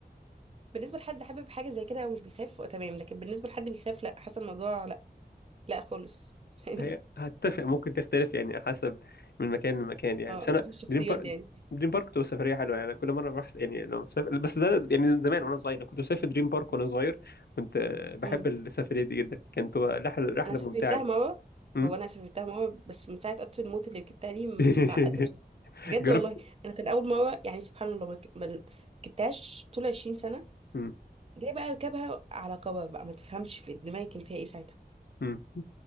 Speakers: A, on the right (about 35°); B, on the left (about 70°).
A: بالنسبه لحد حابب حاجه زي كده ومش بيخاف تمام لكن بالنسبه لحد بيخاف لا حاسه الموضوع لا لا خالص <laughs> يعني
B: هي هتفق ممكن تختلف يعني حسب من مكان لمكان يعني
A: اه
B: بس انا
A: حسب الشخصيات
B: دريم بارك
A: يعني
B: دريم بارك بتبقى سفريه حلوه يعني أنا كل مره بروح يعني لو مسافر بس ده يعني زمان وانا صغير أنا كنت بسافر دريم بارك وانا صغير كنت آه، بحب
A: امم.
B: السفريه دي جدا كانت تبقى رحله رحله
A: انا سافرتها
B: ممتعه
A: مره
B: أمم.
A: هو انا سافرتها مره بس من ساعه قطر الموت اللي ركبتها دي م-
B: <laughs>
A: متعقده بصراحه بجد
B: جربت
A: والله انا كان اول مره يعني سبحان الله ما رك- ما ركبتهاش طول 20 سنه
B: أمم.
A: جاي بقى اركبها على كبر بقى ما تفهمش في دماغي كان فيها ايه ساعتها
B: أمم.